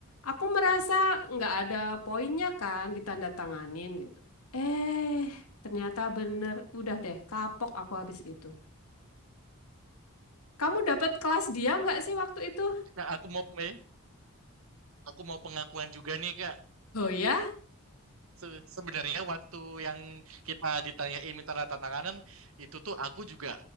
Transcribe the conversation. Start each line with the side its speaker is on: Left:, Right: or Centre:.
Left: Aku merasa nggak ada poinnya kan ditandatanganin gitu. Eh, ternyata bener. Udah deh, kapok aku habis itu. Kamu dapat kelas dia nggak sih waktu itu?
Right: Nah, aku mau eh, aku mau pengakuan juga nih Kak.
Left: Oh ya?
Right: Se- Sebenarnya waktu yang kita ditanyain minta tanda tanganan itu tuh aku juga